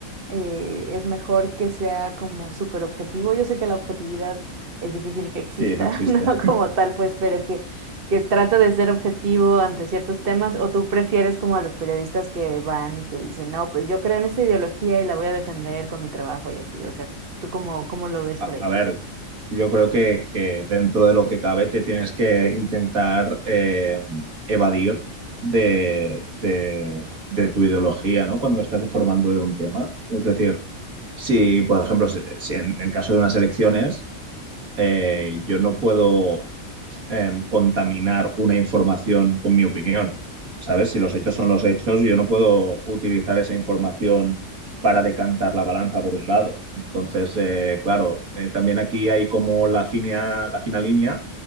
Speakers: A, on the right; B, on the right.
A: eh, es mejor que sea como súper objetivo? Yo sé que la objetividad es difícil que exista,
B: Sí, no existe.
A: <laughs> ¿no? Como tal, pues, pero que, que trata de ser objetivo ante ciertos temas, ¿o tú prefieres como a los periodistas que van y que dicen, no, pues yo creo en esta ideología y la voy a defender con mi trabajo y así? O sea, ¿tú cómo, cómo lo ves
B: A,
A: por ahí?
B: a ver, Yo creo que, que dentro de lo que cabe te tienes que intentar eh, evadir de, de- de tu ideología, ¿no? Cuando estás informando de un tema. Es decir, si, por ejemplo, si, si en, en caso de unas elecciones, eh, yo no puedo eh, contaminar una información con mi opinión. ¿Sabes? Si los hechos son los hechos, yo no puedo utilizar esa información para decantar la balanza por un lado. Entonces, eh, claro, eh, también aquí hay como la fina, la fina línea,